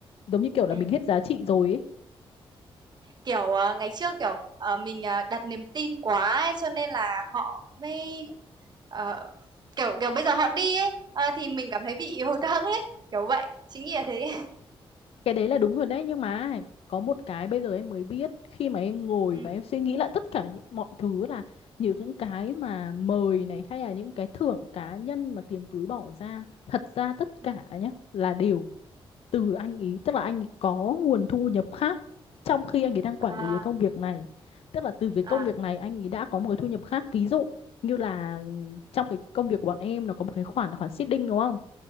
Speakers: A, on the left (about 80°); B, on the right (about 45°).
A: giống như kiểu là
B: ừ
A: mình hết giá trị rồi ấy
B: kiểu ờ, ngày trước kiểu ờ, mình ờ, đặt niềm tin quá ấy, cho nên là họ mới ờ, kiểu kiểu bây giờ họ đi ấy ờ, thì mình cảm thấy bị hụt hẫng ấy kiểu vậy chính nghĩa thế <laughs>
A: Cái đấy là đúng rồi đấy nhưng mà có một cái bây giờ em mới biết khi mà em ngồi
B: ừ
A: và em suy nghĩ lại tất cả những mọi thứ là nhiều những cái
B: ừ
A: mà mời này hay là những cái thưởng cá nhân mà tiền túi bỏ ra thật ra tất
B: ừ.
A: cả nhá là đều từ anh ý tức là anh ý có nguồn thu nhập khác trong khi anh ấy đang quản
B: à
A: lý cái công việc này tức là từ cái công
B: à
A: việc này anh ấy đã có một cái thu nhập khác ví dụ như là trong cái công việc của bọn em nó có một cái khoản là khoản seeding đúng không